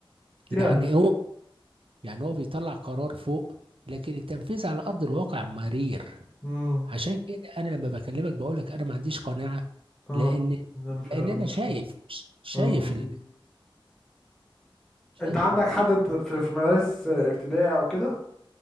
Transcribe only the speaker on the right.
يعني هو يعني هو بيطلع قرار فوق لكن التنفيذ على ارض الواقع مرير
عشان كده انا لما بكلمك بقول لك انا ما عنديش قناعه
لان
لان انا
شايف شايف
ال... شايف
الموضوع